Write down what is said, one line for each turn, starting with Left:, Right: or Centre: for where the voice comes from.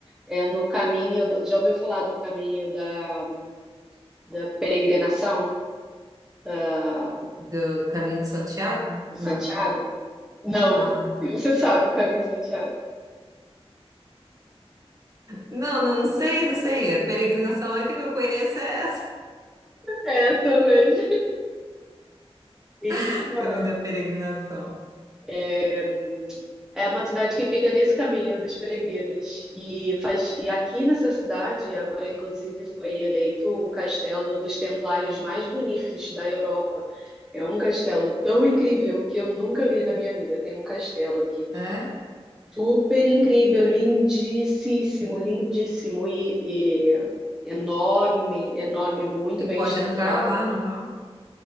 Centre: É no caminho, do- já ouviu falar do caminho da da peregrinação da,
Right: Do Caminho de Santiago?
Centre: do Santiago?
Right: Não.
Centre: Não,
Right: Ah,
Centre: <laughs>
Right: tá.
Centre: você sabe o caminho de Santiago.
Right: Não, não, não sei, não sei. A peregrinação, a única que eu conheço é essa.
Centre: É essa mesmo. Então,
Right: <laughs> Caminho da peregrinação.
Centre: é, é uma cidade que fica nesse caminho dos peregrinos. E, faz, e aqui nessa cidade, agora inclusive foi eleito o castelo dos templários mais bonitos da Europa. É um castelo tão incrível que eu nunca vi na minha vida. Tem um castelo aqui
Right: É?
Centre: Super incrível, lindíssimo, lindíssimo e, e enorme, enorme, muito
Right: E
Centre: bem
Right: pode
Centre: estruturado.
Right: entrar lá, normal?